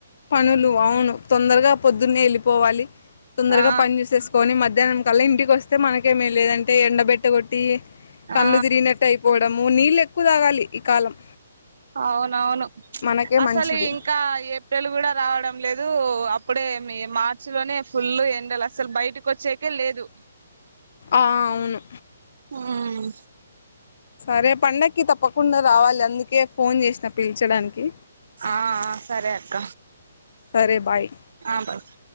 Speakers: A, on the left (about 55°); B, on the right (about 60°).
A: పనులు అవును తొందరగా పొద్దున్న వెళ్ళిపోవాలి. తొందరగా
B: ఆ
A: పని చేూసేసుకొని మధ్యాహ్నం కల్లా ఇంటికి వస్తే మనకేమ లేదంటే ఎండబెట్ట కొట్టి కళ్ళు
B: ఆ
A: తిరిగినట్టు అయిపోవడము నీళ్ళ ఎక్కువ తాగాలి ఈ కాలం
B: అవునవును
A: మనకే
B: అసలు
A: మంచిది
B: ఇంకా ఏప్రిల్ కూడా రావడం లేదు అప్పుడే మీ మార్చి లోనే ఫుల్ ఎండలు అసలు బయట కే వచ్చేకే లేదు
A: ఆ అవును
B: మ్మ్
A: సరే పండకి తప్పకుండా రావాలి అందుకే ఫోన్ చేసిన పిల్చడానికి
B: ఆ సరే అక్క
A: సరే బాయ్
B: ఆ బస్